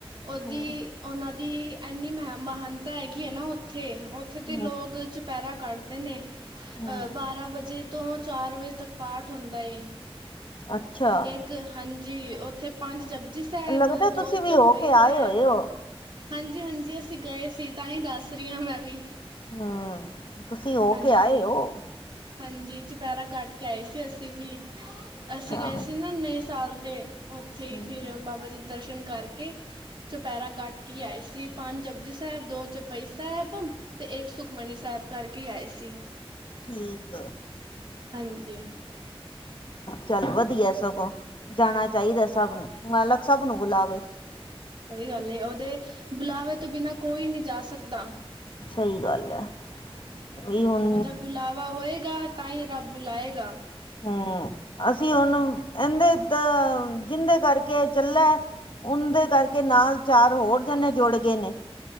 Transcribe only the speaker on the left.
ਹੂੰ
ਹੂੰ
ਹੂੰ,
ਅੱਛਾ।
ਲੱਗਦਾ
ਤੁਸੀਂ
ਵੀ ਹੋ ਕੇ
ਆਏ ਹੋਏ ਹੋ।
ਹਮ ਤੁਸੀਂ ਹੋ
ਕੇ ਆਏ ਔ?
ਅੱਛਾ।
ਹੂੰ
ਠੀਕ।
ਚੱਲ ਵਧੀਆ ਸਗੋਂ ਜਾਣਾ ਚਾਹੀਦਾ ਸਭ ਨੂੰ ਮਾਲਕ ਸਭ ਨੂੰ ਬੁਲਾਵੇ।
ਸਹੀ ਗੱਲ ਹੈ। ਵੀ ਹੁਣ
ਹਮ ਅਸੀਂ ਹੁਣ ਅਹਦੇ ਤਾਂ ਜਿੰਦੇ ਕਰਕੇ ਇਹ ਚੱਲਾ, ਉਨੰਦੇ ਕਰਕੇ ਨਾਲ ਚਾਰ ਹੋਰ ਜਣੇ ਜੁੜ ਗੇ ਨੇ।